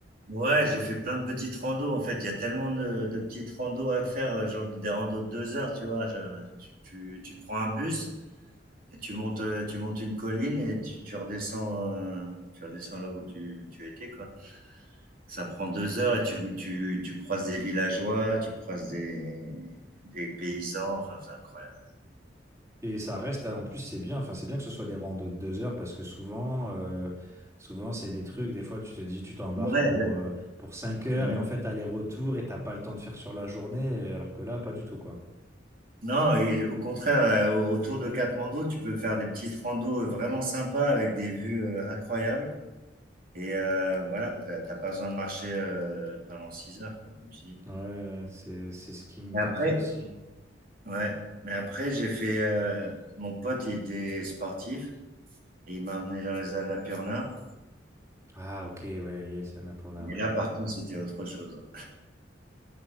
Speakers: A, on the right; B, on the right.
A: ouais, j'ai fait plein de petites randos. En fait, il y a tellement de, de petites randos à faire, euh, genre des randos de deux heures, tu vois. Je- tu, tu, tu prends un bus, Et tu montes, euh, tu montes une colline et tu, tu redescends, euh, tu redescends là où tu, tu étais, quoi. Ça prend deux heures et tu, tu, tu croises des villageois, tu croises des, des paysans, enfin, c'est incroyable.
B: Et ça reste, en plus, c'est bien. Enfin, c'est bien que ce soit des randos de deux heures parce que souvent, euh, souvent c'est des trucs. Des fois, tu te dis, tu t'embarques
A: Ouais,
B: pour
A: ouais.
B: euh, pour cinq heures
A: Mhm.
B: et en fait, aller-retour et t'as pas le temps de faire sur la journée. et Alors que là, pas du tout, quoi.
A: Non, et au contraire, euh, au- autour de Katmandou, tu peux faire des petites randos euh, vraiment sympas avec des vues euh, incroyables. Et euh, voilà, t'as t'as pas besoin de marcher euh, pendant six heures, quoi, comme tu dis.
B: Ouais, c'est c'est ce qui me
A: Mais
B: tenterait
A: après,
B: aussi.
A: ouais, mais après, j'ai fait, euh, mon pote, il était sportif. et il m'a amené dans les Annapurna.
B: Ah, ok, ouais, yes, Annapurna,
A: Mais
B: ouais.
A: là, par contre, c'était autre chose.